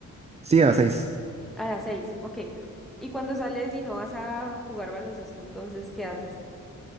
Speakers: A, on the right; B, in the centre.
A: Sí, a las seis.
B: A las seis, ok. Y cuando sales y no vas a jugar baloncesto, entonces, ¿qué haces?